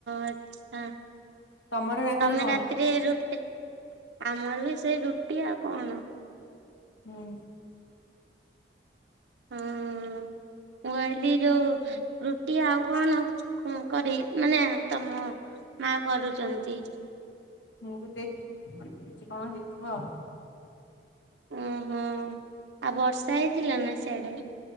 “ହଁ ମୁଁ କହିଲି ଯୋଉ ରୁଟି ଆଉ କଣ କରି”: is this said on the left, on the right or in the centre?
Right